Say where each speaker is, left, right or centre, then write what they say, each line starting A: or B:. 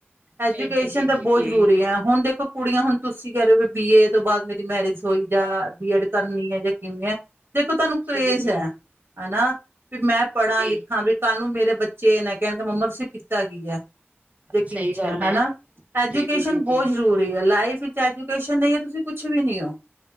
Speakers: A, on the right; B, on the right.
A: ਐਜੂਕੇਸ਼ਨ
B: ਜੀ ਜੀ ਜੀ
A: ਤਾਂ
B: ਜੀ ਜੀ
A: ਬਹੁਤ ਜਰੂਰੀ ਹੈ ਹੁਣ ਦੇਖੋ। ਕੁੜੀਆਂ ਹੁਣ ਤੁਸੀਂ ਕਹਿ ਲਹੇ ਵੀ ਬੀ ਏ ਤੋਂ ਬਾਅਦ ਮੇਰੀ ਮੈਰਿਜ ਹੋਈ ਜਾਂ ਬੀਐਡ ਕਰਨੀ ਹੈ ਜਾਂ ਕਿਵੇਂ ਹੈ। ਦੇਖੋ ਤੁਹਾਨੂੰ ਕਰੇਜ਼
B: ਜੀ ਜੀ ਜੀ
A: ਹੈ ਹਨਾ ਵੀ ਮੈਂ ਪੜਾ
B: ਜੀ
A: ਲਿਖਾ। ਕੱਲ੍ਹ ਨੂੰ ਮੇਰੇ ਬੱਚੇ ਇਹ ਨੇ ਕਹਿਣ ਮੰਮਾ ਤੁਸੀਂ। ਕੀਤਾ ਕੀ ਹੈ? ਕੀ
B: ਸਹੀ
A: ਪੁੱਛਿਆ
B: ਗੱਲ ਹੈ
A: ਹਨਾ ਐਜੂਕੇਸ਼ਨ
B: ਜੀ ਜੀ ਜੀ
A: ਬਹੁਤ
B: ਜੀ
A: ਜ਼ਰੂਰੀ ਹੈ ਲਾਈਫ। ਐਜੂਕੇਸ਼ਨ ਨਹੀਂ ਹੈ ਤੁਸੀਂ ਕੁਛ ਵੀ ਨੀ ਹੋ।